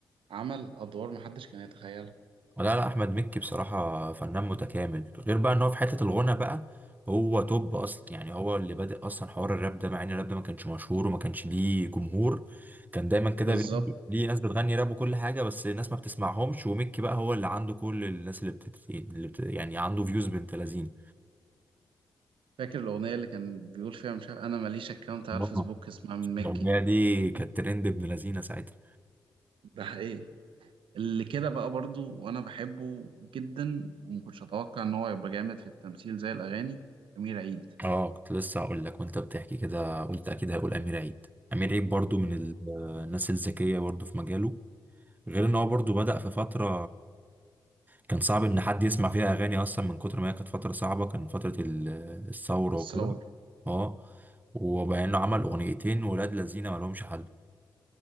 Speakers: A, on the right; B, on the right.
A: عمل أدوار محدش كان يتخيلها
B: لا لا احمد مكي بصراحه فنان متكامل غير بقى ان هو في حته الغنى بقى هو توب اصلا يعني هو اللي بادئ اصلا حوار الراب ده مع ان الراب ده ما كانش مشهور وما كانش ليه جمهور كان دايما كده
A: بالظبط
B: بي- ليه ناس بتغني راب وكل حاجه بس الناس ما بتسمعهمش ومكي بقى هو اللي عنده كل الناس اللي, بتت... اللي بت... يعني عنده فيوز بنت لذين
A: فاكر الأغنية اللي كان بيقول فيها مش عارف أنا ماليش أكاونت على الفيسبوك
B: آه.
A: اسمها من مكي
B: الاغنيه دي كانت ترند ابن لذينه ساعتها
A: ده حقيقي اللي كده بقى برضو وانا بحبه جدا ومكنتش اتوقع ان هو يبقى جامد في التمثيل زي الاغاني امير عيد
B: اه كنت لسه هقول لك وانت بتحكي كده قلت اكيد هقول امير عيد امير عيد برضو من ال- الناس الذكيه برضو في مجاله غير ان هو برضو بدأ في فترة كان صعب ان حد يسمع فيها اغاني اصلا من كتر ما هي كانت فترة صعبة كان فترة ال- الثورة
A: الثور
B: وكده اه وبقى انه عمل اغنيتين ولاد لذينه ما لهمش حل